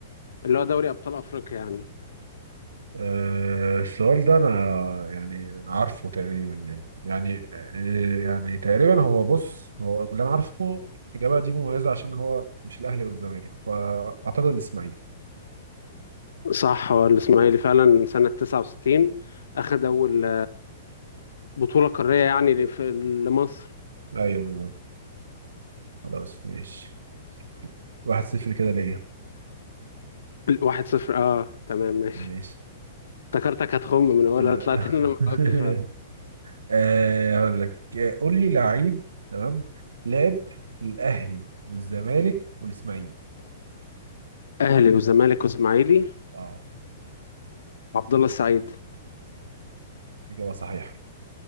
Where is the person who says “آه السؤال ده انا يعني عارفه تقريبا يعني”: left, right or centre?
Right